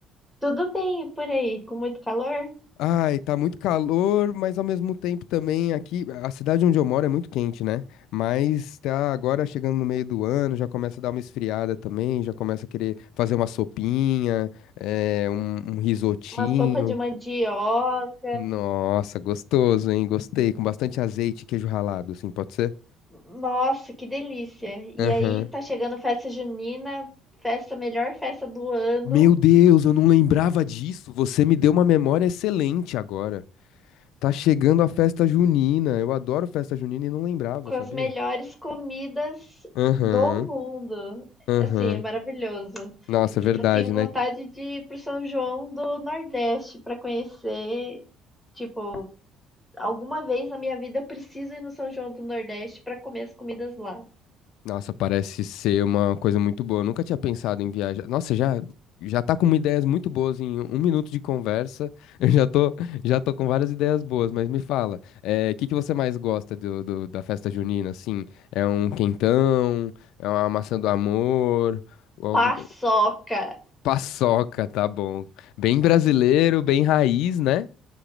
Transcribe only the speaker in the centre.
Tudo bem e por aí, com muito calor?
Uma sopa de mandioca.
Nossa, que delícia! E
aí tá chegando festa junina, festa, melhor festa do ano,
com
as melhores comidas
do mundo.
Assim, é maravilhoso.
Eu tenho
vontade de ir pro São João do Nordeste para conhecer, tipo, alguma vez na minha vida eu preciso ir no São João do Nordeste para comer as comidas lá.
Paçoca!